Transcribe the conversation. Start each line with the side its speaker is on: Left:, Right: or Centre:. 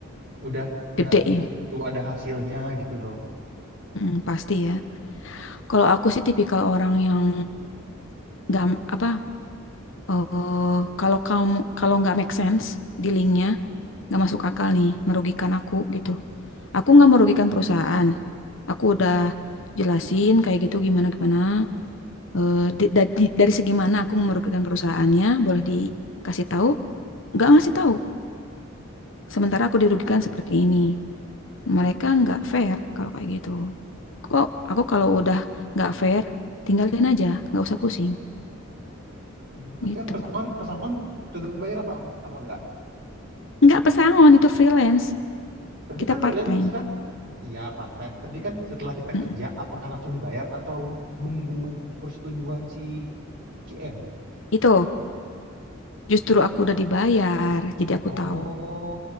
Right: udah udah
Left: Gede
Right: udah
Left: ya.
Right: tentu ada hasilnya gitu loh.
Left: Mm, pasti ya. Kalau aku sih tipikal orang yang nggak apa eh kalau kamu kalau nggak make sense dealingnya nggak masuk akal nih merugikan aku gitu aku nggak merugikan perusahaan aku udah jelasin kayak gitu gimana gimana Eh, di- da- di- dari segi mana aku merugikan perusahaannya boleh dikasih tahu nggak ngasih tahu sementara aku dirugikan seperti ini Mereka nggak fair kalau kayak gitu. Kok aku kalau udah nggak fair, tinggalin aja, nggak usah pusing
Right: Hmm. Tapi
Left: gitu.
Right: kan pesangon pesangon tetap dibayar apa apa enggak?
Left: Nggak pesangon itu freelance,
Right: Tapi
Left: kita
Right: kan
Left: part
Right: student
Left: time.
Right: misalkan iya part time, tapi kan setelah kita
Left: Mm-mm.
Right: kerja apakah langsung dibayar atau nunggu persetujuan si GM?
Left: Itu justru aku udah dibayar, jadi aku
Right: Oh,
Left: tahu.